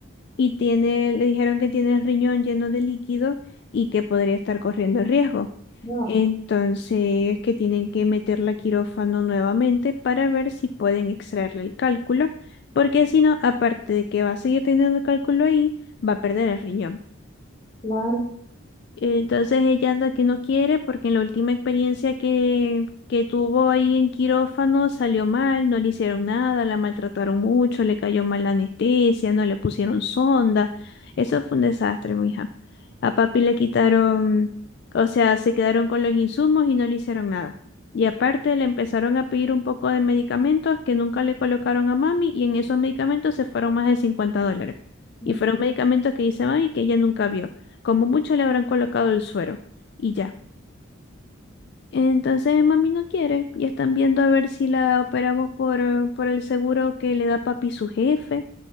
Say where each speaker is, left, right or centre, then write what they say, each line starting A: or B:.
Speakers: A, on the left; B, on the left.
A: y tiene, le dijeron que tiene el riñón lleno de líquido y que podría estar corriendo el riesgo.
B: No,
A: Entonces, que tienen que meterla a quirófano nuevamente para ver si pueden extraerle el cálculo, porque si no, aparte de que va a seguir teniendo el cálculo ahí, va a perder el riñón.
B: claro.
A: Entonces ella anda que no quiere porque en la última experiencia que, que tuvo ahí en quirófano salió mal, no le hicieron nada, la maltrataron mucho, le cayó mal la anestesia, no le pusieron sonda. Eso fue un desastre, mija. A papi le quitaron, o sea, se quedaron con los insumos y no le hicieron nada. Y aparte le empezaron a pedir un poco de medicamentos que nunca le colocaron a mami y en esos medicamentos se fueron más de 50 dólares.
B: ujú,
A: Y fueron medicamentos que dice mami que ella nunca vio. Como mucho le habrán colocado el suero y ya. Entonces mami no quiere y están viendo a ver si la operamos por, eh, por el seguro que le da papi su jefe,